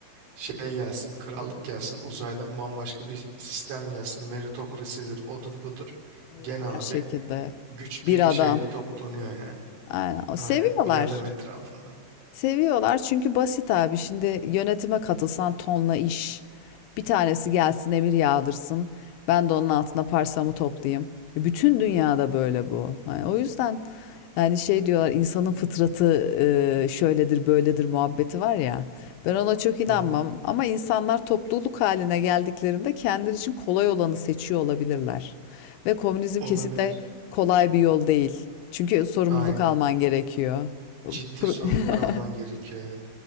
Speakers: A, on the right; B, on the left.
A: şey gelsin, krallık gelsin, uzaydan bambaşka bir sistem gelsin, meritokrasidir, odur budur.
B: İyi,
A: Gene
B: Her
A: abi
B: şekilde.
A: güç
B: Bir
A: bir şeyde
B: adam.
A: toplanıyor yani.
B: Aynen. O
A: Aynen,
B: seviyorlar.
A: bir adam etrafında.
B: Seviyorlar çünkü basit abi. Şimdi yönetime katılsan tonla iş. Bir tanesi gelsin emir yağdırsın. Ben de onun altına parsamı toplayayım. E, Bütün dünyada böyle bu. Hani o yüzden yani şey diyorlar insanın fıtratı e, şöyledir böyledir muhabbeti var ya. Ben ona çok inanmam
A: Hı hı.
B: ama insanlar topluluk haline geldiklerinde kendileri için kolay olanı seçiyor olabilirler. Ve komünizm
A: Olabilir.
B: kesinlikle kolay bir yol değil. Çünkü sorumluluk
A: Aynen.
B: alman gerekiyor.
A: Ciddi
B: Pro-
A: sorumluluk alman gerekiyor
B: <laughs>
A: evet.